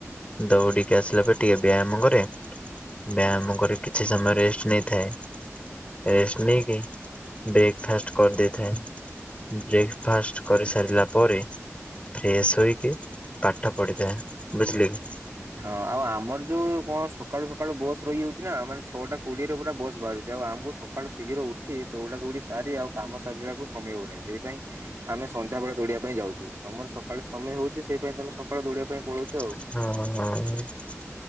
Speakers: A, on the left (about 25°); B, on the right (about 65°).
A: ଦଉଡିକି ଆସିଲା ପରେ ଟିକେ ବିୟାମ କରେ। ବିୟାମ କରି କିଛି ସମୟ ରେଷ୍ଟ ନେଇଥାଏ। ରେଷ୍ଟ ନେଇକି ବ୍ରେକଫାଷ୍ଟ୍ କରି ଦେଇଥାଏ। ବ୍ରେକଫାଷ୍ଟ୍ କରିସାରିଲା ପରେ। ଫ୍ରେଶ ହୋଇକି ପାଠ ପଢିଥାଏ ବୁଝିଲେ କି।
B: ହଁ ଆଉ ଆମର ଯୋଉ କଣ ସକାଳୁ ସକାଳୁ ବସ ରହିଯାଉଛି ନା ମାନେ ଛଅଟା କୋଡିଏରେ ପୁରା ବସ ବାହାରୁଛି ଆଉ ଆମକୁ ସ ସକାଳୁ ଶୀଘ୍ର ଉ ଉଠି ଦୌଡା ଦୌଡି ସାରି ଆଉ କାମ ସାରିଲା ବେଳକୁ ସମୟ ହଉନହିଁ ସେଇ ପାଇଁ ଆମେ ସନ୍ଧ୍ୟା ବେଳେ ଦୌଡିବା ପାଇଁ ଯାଉଛୁ। ତମର ସକାଳେ ସମୟ ହଉଛି ସେଇ ପାଇଁ ତମେ ସକାଳେ ଦଡିବା ପାଇଁ ପଳଉଛ।
A: ହଁ
B: ଆଉ।
A: ହଁ।